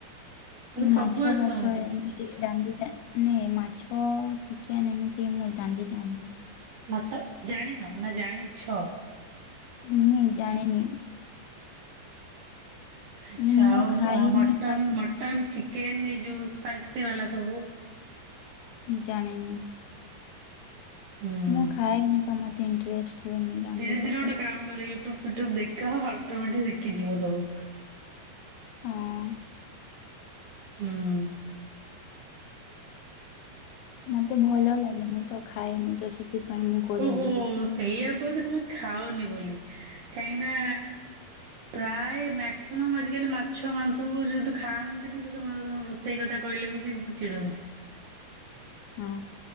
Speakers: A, on the right; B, on the left.
A: ମାନେ
B: ଏଇ
A: ସବୁ
B: ମାଛ
A: ଆସେ
B: ପାଛ
A: ତମକୁ?
B: ହେନ। ନାଇଁ ମାଛ ଚିକେନ ଏମିତି ମୁଁ ରାନ୍ଧି ଜାଣିନଥିଲି,
A: ହଟାତ ଜାଣିନ ନା ଜାଣିଛ।
B: ନାଇଁ ଜାଣିନି।
A: ଆଛା
B: ମୁଁ
A: ଆଉ
B: ଖାଏନି
A: ମଟନ
B: ତ ସେ
A: ମଟନ ଚିକେନ ଏ ଯୋଉ ସ୍ପାଇସି ବାଲା ସବୁ।
B: ଜାଣିନି।
A: ହୁଁ।
B: ମୁଁ ଖାଇଏନି ତ ମତେ ଇଣ୍ଟରେଷ୍ଟ। ହୁଏନି ରାନ୍ଧିବା
A: ଧୀରେ ଧୀରେ
B: ପାଇଁ
A: ଗୋଟେ କାମ କରେ ୟୁଟ୍ୟୁବ ଫୁଟ୍ୟୁବ ଦେଖ ଅଟୋମେଟିକ ଶିଖିଯିବ ସବୁ।
B: ହଁ।
A: ହୁଁ।
B: ମତେ ଭଲ ଲାଗେନି ମୁଁ ତ ଖାଏନି। ତ ସେଥିପାଇଁ ମୁଁ କରେନି
A: ଓହୋ। ସେଇ ଆକୁ କହନ୍ତି ତମେ ଖାଅନି ବୋଲି କାହିଁକି ନା ପ୍ରାୟ ମାକ୍ସିମମ୍ ଆଜିକାଲି ମାଛ ମାଂସକୁ ଯେହେତୁ ଖାଆନ୍ତିନି ତ ସେମାନେ ତାଙ୍କର ରୋ। ସେଇ କଥା କହିଲେ ବି ସେ ବହୁତ ଚିଡ଼ନ୍ତି।
B: ହଁ।